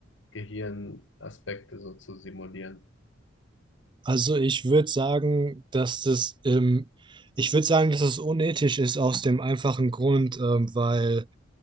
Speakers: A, on the left (about 65°); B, on the right (about 25°).
A: Gehirnaspekte so zu simulieren.
B: Also ich würde sagen, dass das, ähm, ich würde sagen, dass es unethisch ist aus dem einfachen Grund, ähm, weil